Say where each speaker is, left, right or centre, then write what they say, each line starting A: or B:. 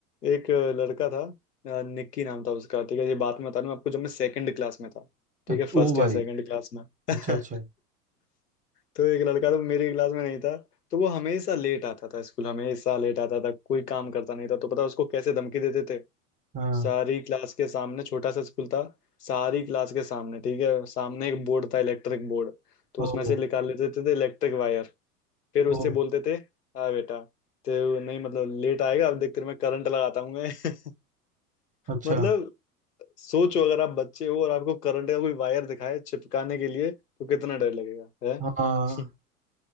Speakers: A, on the left; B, on the right.
A: एक लड़का था अ, निक्की नाम था उसका ठीक है ये बात मैं बता दूं आपको जब मैं सेकंड क्लास में था ठीक
B: अच्छा-
A: है फर्स्ट
B: ओ भाई
A: या सेकंड क्लास में <laughs>
B: अच्छा अच्छा
A: तो एक लड़का तो मेरी क्लास में नहीं था तो वो हमेशा लेट आता था स्कूल हमेशा लेट आता था कोई काम करता नहीं था तो पता है उसको कैसे धमकी देते थे
B: हाँ
A: सारी क्लास के सामने छोटा सा स्कूल था सारी क्लास के सामने ठीक है सामने एक बोर्ड था इलेक्ट्रिक बोर्ड तो
B: ओ
A: उसमें से निकाल लेते थे, थे इलेक्ट्रिक वायर फिर उससे
B: ओ
A: बोलते थे हाँ बेटा तो नहीं मतलब लेट आएगा अब देख तेरे में करंट लगाता हूँ मैं <laughs>
B: अच्छा
A: मतलब सोचो अगर आप बच्चे हो और आपको करंट का कोई वायर दिखाए चिपकाने के लिए तो कितना डर लगेगा है
B: हाँ
A: <laughs>